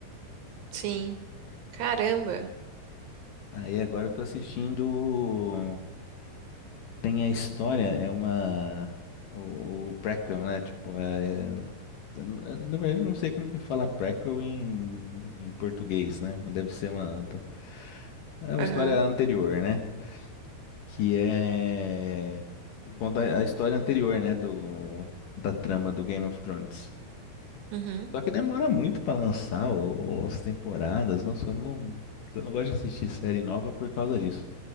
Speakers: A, on the right; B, on the left.
A: Sim. Caramba.
B: Aí agora eu tô assistindo. Tem a história, é uma. O, o prequel, né? Tipo, é. é Eu n- eu, Na verdade, eu não sei como que fala prequel em, em português, né? Mas Deve ser uma, do- é uma
A: Aham.
B: história anterior, né? Que é. Conta a história anterior, né? Do, da trama do Game of Thrones.
A: Uhum.
B: Só que demora muito pra lançar o- as temporadas. Nossa, eu não, eu não gosto de assistir série nova por causa disso.